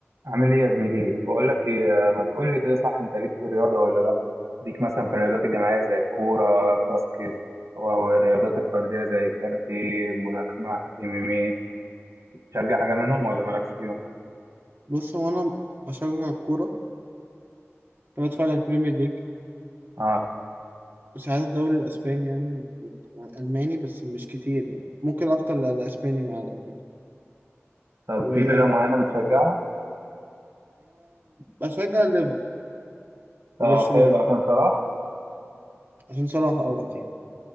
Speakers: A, on the right; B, on the right.
A: عامل ايه يا زميلي بقول لك ايه ما تقول لي كده صح انت ليك في الرياضه ولا لا ليك مثلا في الرياضات الجماعيه زي الكوره الباسكت او أو الرياضات الفرديه زي الكاراتيه الملاكمه ام ام اي بتشجع حاجه منهم ولا مالكش فيهم
B: بص هو انا بشجع الكوره بتفرج على البريمير ليج
A: اه
B: وساعات الدوري الاسباني يعني والالماني بس مش كتير يعني ممكن اكتر الاسباني مع الالماني
A: طب
B: وانا
A: في فرقه معينه بتشجعها
B: بشجع الليفر وبرشلونه
A: اه حلو عشان صلاح
B: عشان صلاح اه وقتي